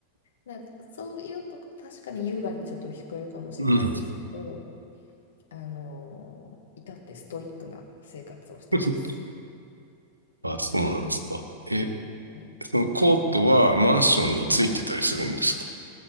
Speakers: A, on the left; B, on the right.
A: なんかそういうとこ、確かに優雅にちょっと聞こえるかもしれないですけど、
B: うん。
A: あのー、至ってストイックな生活をしてます。
B: <laughs> あ、そうなんですか。
A: はい。
B: え、
A: はい
B: そのコートはマンションについてたりするんですか